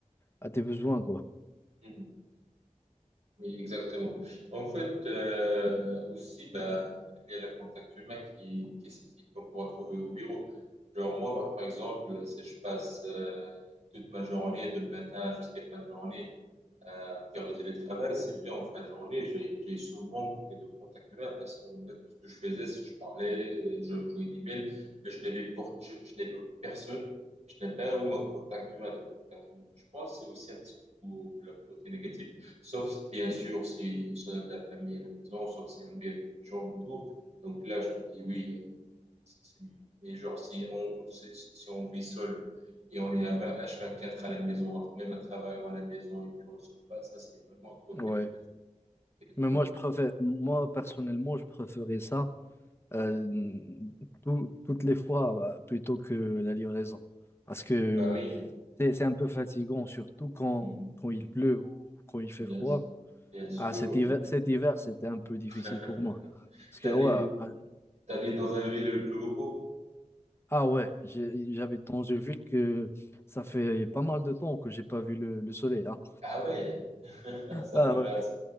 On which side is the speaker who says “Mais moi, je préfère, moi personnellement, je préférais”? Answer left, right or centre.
Left